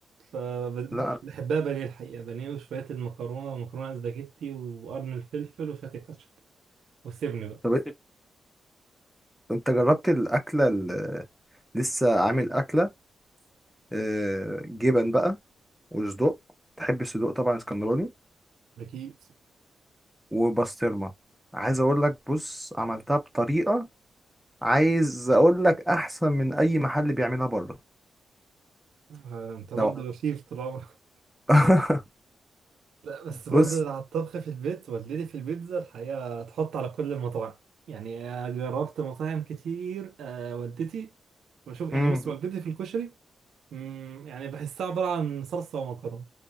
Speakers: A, on the right (about 80°); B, in the centre.
A: فبحبها
B: لا
A: بانيه الحقيقه بانيه وشويه المكرونه ومكرونه اسباجيتي وقرن الفلفل وشويه الكاتشب وسيبني بقى
B: طب انت جربت الاكلة اللي لسه عامل اكلة آه، جبن بقى وصدوق تحب الصدوق طبعا اسكندراني
A: اكيد
B: وبسطرمه عايز اقول لك بص عملتها بطريقه عايز اقول لك احسن من اي محل بيعملها بره
A: آه انت برضه
B: ده
A: شيف طول عمرك
B: <laughs>
A: لا بس برضه
B: بص
A: على الطبخ في البيت والدتي في البيتزا الحقيقة تحط على كل المطاعم يعني آه، جربت مطاعم كتير آه، والدتي وشوف يعني
B: مم.
A: بص والدتي في الكشري مم، يعني بحسها عبارة عن صلصة ومكرونة